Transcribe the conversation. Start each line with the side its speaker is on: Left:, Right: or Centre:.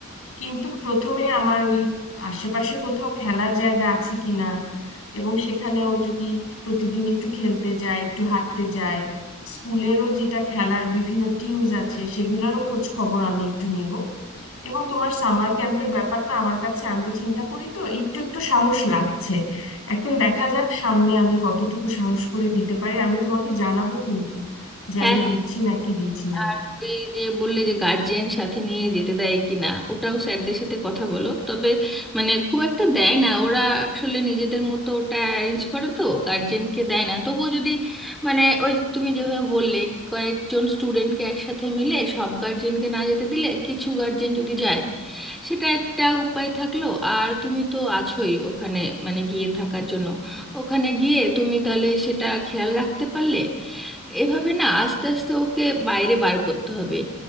Left: কিন্তু প্রথমে আমার ওই আশেপাশে কোথাও খেলার জায়গা আছে কিনা এবং সেখানেও যদি প্রতিদিন একটু খেলতে যায় একটু হাঁটতে যায় স্কুলেরও যেটা খেলার বিভিন্ন টিমস আছে সেগুলোরও খোঁজ খবর আমি একটু নিব এবং তোমার সামার ক্যাম্পের ব্যাপারটা আমার কাছে আমি চিন্তা করি তো একটু একটু সাহস লাগছে এখন দেখা যাক সামনে আমি কতটুকু সাহস করে দিতে পারি আমি তোমাকে জানাবো কিন্তু যে
Centre: হ্যাঁ
Left: আমি দিচ্ছি নাকি দিচ্ছি না
Centre: আর ওই যে বললে যে গার্জিয়ান সাথে নিয়ে যেতে দেয় কি না ওটাও স্যারদের সাথে কথা বলো তবে মানে খুব একটা দেয় না ওরা আসলে নিজেদের মতো ওটা অ্যারেঞ্জ করে তো গার্জিয়ানকে দেয় না তবুও যদি মানে ওই যে তুমি যেভাবে বললে কয়েকজন স্টুডেন্টকে একসাথে মিলে সব গার্জিয়ানকে না যেতে দিলে কিছু গার্জিয়ান যদি যায় সেটা একটা উপায় থাকলো আর তুমি তো আছোই ওখানে মানে গিয়ে থাকার জন্য ওখানে গিয়ে তুমি তাহলে সেটা খেয়াল রাখতে পারলে এভাবে না আস্তে আস্তে ওকে বাইরে বার করতে হবে